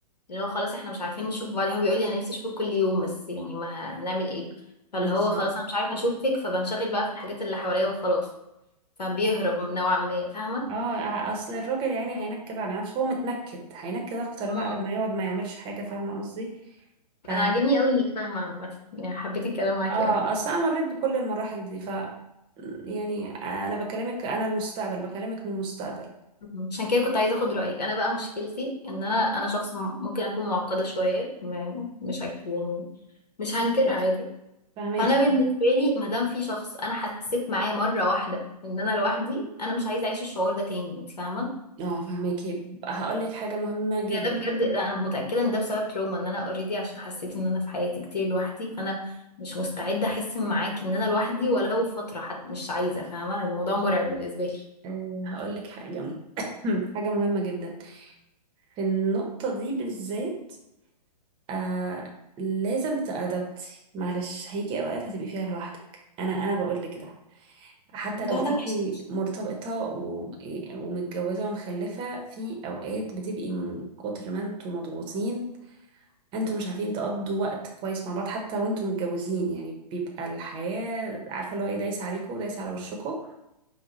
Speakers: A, on the left (about 75°); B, on the right (about 25°).
A: اللي هو خلاص احنا مش عارفين نشوف بعض هو بيقول لي انا نفسي اشوفك كل يوم بس يعني ما هنعمل ايه
B: بالظبط
A: فاللي هو خلاص انا مش عارفه اشوفك فبنشغل بقى في الحاجات اللي حواليا وخلاص فبيهرب نوعا ما فاهمه
B: اه اصل الراجل يعني هينكد على نفسه هو متنكد هينكد اكتر
A: امم
B: بقى لما يقعد ما يعملش حاجة فاهمة قصدي ف
A: انا عاجبني قوي انك فاهمه عامه يعني حبيت الكلام معاكي
B: اه
A: قوي.
B: اصل انا مريت بكل المراحل دي ف يعني انا بكلمك انا المستقبل بكلمك من المستقبل
A: مم. عشان كده كنت عايزه اخد رايك انا بقى مشكلتي ان انا انا شخص م- ممكن اكون معقده شويه م- مش هك يعني مش هنكر
B: فهماكي
A: عادي
B: فهماكي
A: فانا بالنسبه لي ما دام في شخص انا حسيت معاه مره واحده ان انا لوحدي انا مش عايزه اعيش الشعور ده تاني انت فاهمه
B: اه فهماكي هقول لك حاجة مهمة جدا
A: يعني ده بجد انا متاكده ان ده بسبب تروما ان انا اوريدي عشان حسيت ان انا في حياتي كتير لوحدي فانا مش مستعده احس معاكي ان انا لوحدي ولو فتره حتى مش عايزه فاهمه الموضوع مرعب بالنسبه لي
B: أه هقول لك حاجة <coughs> حاجة مهمة جدا في النقطة دي بالذات آه لازم تأدبتي معلش هيجي اوقات هتبقي فيها لوحدك انا انا بقول لك ده حتى
A: الموضوع
B: لو
A: ده
B: انت
A: وحش أوي.
B: مرتبطة و- ومتجوزة ومخلفة في اوقات بتبقي من كتر ما انتوا مضغوطين انتوا مش عارفين تقضوا وقت كويس مع بعض حتى وانتوا متجوزين يعني بيبقى الحياة عارفة اللي هو ايه دايسة عليكوا ودايسة على وشكوا